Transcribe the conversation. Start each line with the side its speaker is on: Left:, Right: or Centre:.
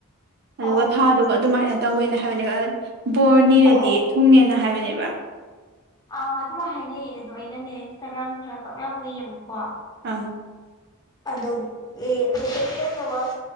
Right: ꯑꯗꯨꯒ
Left: ꯑꯣ ꯑꯣ
Right: ꯊꯥꯗꯨꯒ ꯑꯗꯨꯃꯥꯏꯅ ꯇꯧꯋꯦꯅ ꯍꯥꯏꯕꯅꯦꯕ ꯕꯣꯔ ꯅꯤꯔꯗꯤ
Left: ꯑꯣ ꯑꯣ
Right: ꯊꯨꯡꯉꯦꯅ ꯍꯥꯏꯕꯅꯦꯕ
Left: ꯑꯥ ꯑꯗꯨꯃꯥꯏ ꯍꯥꯏꯅꯩꯌꯦ ꯑꯗꯣ ꯑꯩꯅꯅꯦ ꯏꯟꯁꯇꯥꯒ꯭ꯔꯥꯝ ꯈꯔ ꯄꯛ ꯎꯏꯌꯦꯕꯀꯣ
Right: ꯑꯪ
Left: ꯑꯗꯣ ꯑꯗꯨꯇꯉ ꯋꯥ